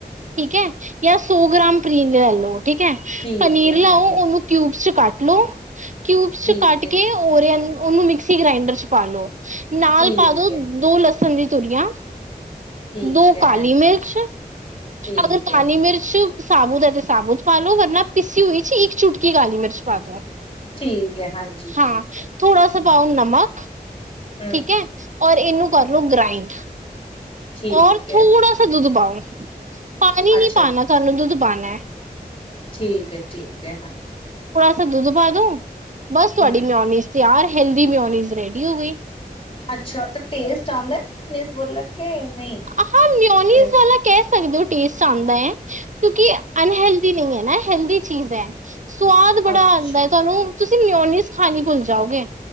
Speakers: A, on the right; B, on the left.
A: ਠੀਕ ਹੈ ਜਾਂ ਸੌ ਗ੍ਰਾਮ ਪਨੀਰ ਲੈ ਲਓ ਠੀਕ ਹੈ
B: ਠੀਕ
A: ਪਨੀਰ
B: ਹੈ,
A: ਲੈਓ
B: ਹਾਂਜੀ,
A: ਉਹਨੂੰ ਕਿਊਬ ਚ ਕੱਟ ਲੋ ਕਿਊਬਸ
B: ਠੀਕ
A: ਚ ਕੱਟ
B: ਹੈ,
A: ਕੇ ਉਹਨੂੰ ਮਿਕਸੀ ਗ੍ਰੈਂਡਰ ਚ ਪਾਲ ਲੋ ਨਾਲ
B: ਠੀਕ
A: ਪਾ ਦੋ
B: ਹੈ,
A: ਦੋ ਲ ਸਜੀ ਤੁਰਿਆ
B: ਠੀਕ
A: ਦੋ
B: ਹੈ,
A: ਕਾਲੀ
B: ਹਾਂਜੀ।
A: ਮਿਰਚ
B: ਠੀਕ
A: ਅਗਰ
B: ਹੈ,
A: ਕਾਲੀ ਮਿਰਚ ਸਾਬੁ ਦਾ ਤੇ ਸਾਬੂ ਚ ਪਾਲੋ ਵਰਨਾ ਪਿੱਸੀ ਹੋਈ ਚ ਇੱਕ ਚੁਟਕੀ ਕਾਲੀ ਮਿਰਚ ਪਾ ਦੋ
B: ਠੀਕ ਹੈ, ਹਾਂਜੀ,
A: ਹਾਂ
B: ਠੀਕ ਹੈ,
A: ਥੋੜਾਸ
B: ਹੂੰ,
A: ਪਾਊ ਨਮਕ
B: ਹੂੰ,
A: ਠੀਕ ਹੈ ਔਰ ਇਹਨੂੰ ਕਰਲੋ
B: ਹੂੰ,
A: ਗ੍ਰਾਈੰਡ
B: ਠੀਕ
A: ਔਰ
B: ਹੈ।
A: ਥੋੜਾ ਸ ਦੁੱਧ ਪਾਓ ਹਮ ਪਾਣੀ
B: ਅੱਛਾ,
A: ਨੀ ਪਾਉਣਾ ਤੁਹਾਨੂੰ ਦੁੱਧ ਬਣੇ
B: ਠੀਕ ਹੈ, ਠੀਕ ਹੈ, ਹਾਂਜੀ।
A: ਸੱ ਦੂ ਤੋਂ ਬਾਅਦੋ ਬਸ ਤੁਹਾਡੀ
B: ਹੂੰ।
A: ਮੈਂ ਆਉਣੀ। ਯਾਰ ਹੈਲਦੀ ਮਿਓਨੀਜ਼ ਰੈਡੀ ਹੋ ਗਈ।
B: ਅੱਛਾ। ਤੇ ਟੇਸਟ ਆਉਂਦਾ ਨ ਉਨੀ ਬੋਲ ਕੇ ਨਹੀਂ
A: ਹਾਂ, ਨਿਓਨੀਜ਼
B: ਫੇਰ
A: ਵਾਲਾ ਕਹਿ ਸਕਦੇ ਹੋ। ਟੇਸਟ ਆਂਦਾ ਹੈ। ਕਿਉਂਕਿ ਅਨਹੈਲਦੀ ਨਹੀਂ ਹੈ, ਨਾ ਹੈਲਦੀ ਚੀਜ਼ ਹੈ। ਸਵਾਦ ਬੜਾ
B: ਅੱਛਾ,
A: ਆਉਂਦਾ ਏ ਤੁਹਾਨੂੰ। ਤੁਸੀਂ ਮਿਉਨੀਜ ਖਾਨੀ ਭੂਲ ਜ ਜਾਓਗੇ,